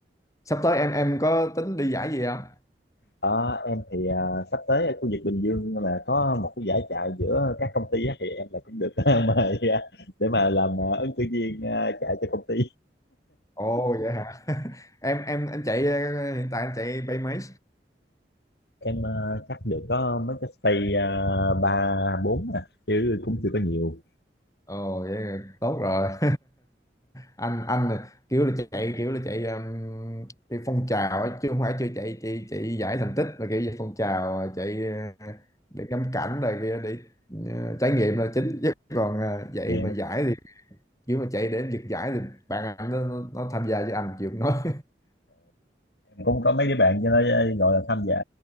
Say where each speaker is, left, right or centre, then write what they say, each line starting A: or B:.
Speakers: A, on the left (about 20°); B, on the left (about 65°).
A: sắp tới em em có tính đi giải gì không
B: Ờ, em thì à, sắp tới ở khu vực Bình Dương là có một cái giải chạy giữa các công ty á, thì em là cũng được <laughs> mời à, để mà làm à, ứng cử viên à, chạy cho công ty.
A: Ồ vậy hả? <laughs> Em em anh chạy ờ, hiện tại anh chạy bay mấy?
B: em ờ, chắc được có mấy cái stay ờ, ba bốn à chứ cũng chưa có nhiều
A: Ồ vậy là tốt rồi. <laughs> Anh anh là kiểu là chạy kiểu là chạy um, chạy phong trào ấy, chứ không phải chưa chạy chạy chạy giải thành tích mà kiểu về phong trào ờ, chạy ờ, để ngắm cảnh rồi kia để ờ, trải nghiệm là chính chứ còn ờ, chạy
B: Dạ.
A: mà giải thì kiểu mà chạy để giật giải thì bạn anh nó, nó nó tham gia với anh chịu không nói.
B: em cũng có mấy đứa bạn cho nó ờ, gọi là tham gia